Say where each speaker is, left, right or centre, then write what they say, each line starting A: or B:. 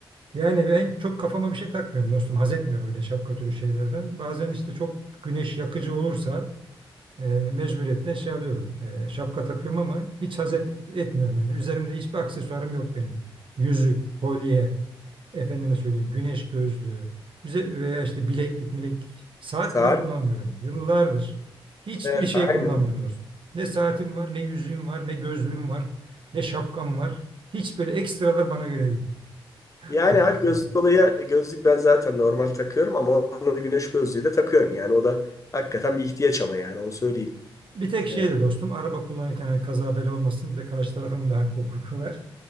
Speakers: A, on the right (about 55°); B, on the left (about 30°).
A: Yani ben çok kafama bir şey takmıyorum dostum haz etmiyorum öyle şapka türü şeylerden. Bazen işte çok güneş yakıcı olursa e, mecburiyetten şey alıyorum. e, şapka takıyorum ama hiç haz et- etmiyorum yani. Üzerimde hiçbir aksesuarım yok benim. Yüzük, kolye, efendime söyleyeyim güneş gözlüğü üze- veya işte bileklik, mileklik. Saat
B: Saat.
A: bile kullanmıyorum. Yıllardır hiçbir
B: Evet,
A: şey
B: aynen.
A: kullanmıyorum dostum. Ne saatim var, ne yüzüğüm var, ne gözlüğüm var, ne şapkam var. Hiç böyle ekstralar bana göre değil.
B: Yani
A: Aksesuar.
B: abi gözlük dolayı gözlük ben zaten normal takıyorum ama onun güneş gözlüğü de takıyorum yani. O da hakikaten bir ihtiyaç ama yani onu söyleyeyim.
A: Bir tek şey
B: E,
A: de dostum araba kullanırken hani kaza bela olmasın bir de karşı tarafın da hakkı hukuku var.